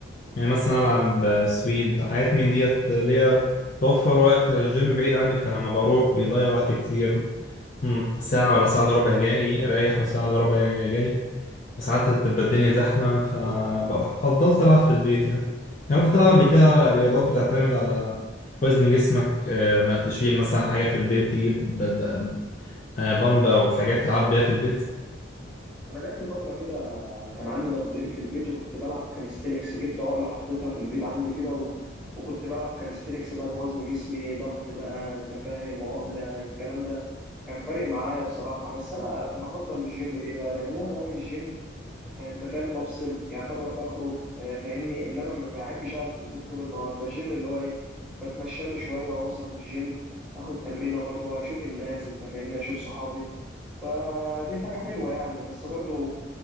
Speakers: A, on the left (about 40°); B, in the centre.
A: يعني مثلا العب سويد حاجات من ديت اللي هي توفر وقت الجيم بعيد عني فلما بروح بيضيع وقت كتير مم، ساعه ولا ساعه الا ربع جاي رايح وساعه الا ربع جاي وساعات بتبقى الدنيا زحمة ففضلت ألعب في البيت يعني يعني رحت ألعب قبل كده رياضات بتعتمد على وزن جسمك آه، ما تشيل مثلا حاجة في البيت تجيب بد- آه، بامب أو حاجات تلعب بيها في البيت
B: انا جات لي فتره كده كان عندي دمبلين في البيت وكنت بلعب كاليستينكس جبت عقله حطيتها في البيت عندي كده و... وكنت بلعب كاليستينكس بقى بوزن جسمي ضغط بقى انت فاهم عقله الكلام ده كان فارق معايا بصراحه بس انا بفضل الجيم ليه بقى لان انا بروح الجيم آه، انت فاهم بفصل يعتبر بخرج آه، فاهمني انما ما بحبش اقعد في البيت طول النهار فالجيم اللي هو ايه بتمشى له شويه واوصل للجيم اخد تمرينه برضو اشوف الناس انت فاهمني اشوف صحابي فدي حاجة حلوة يعني بس برضو